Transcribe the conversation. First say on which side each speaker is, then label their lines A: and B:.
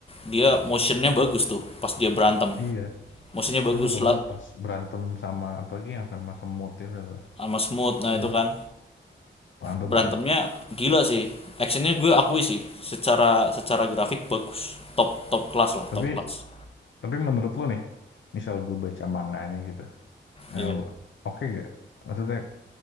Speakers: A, on the left; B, on the left.
A: dia motionnya bagus tuh pas dia berantem.
B: iya.
A: Motionnya bagus
B: Gue suka
A: lah
B: banget pas berantem sama apalagi yang sama semut itu loh.
A: sama smooth nah
B: Wah,
A: itu kan.
B: mantep
A: Berantemnya
B: bro.
A: gila sih. Actionnya gue akui sih. Secara secara grafik bagus. Top top kelas lah,
B: Tapi
A: top kelas.
B: tapi menurut lo nih, misal gue baca manganya gitu, eh,
A: Iya.
B: oke gak? Maksudnya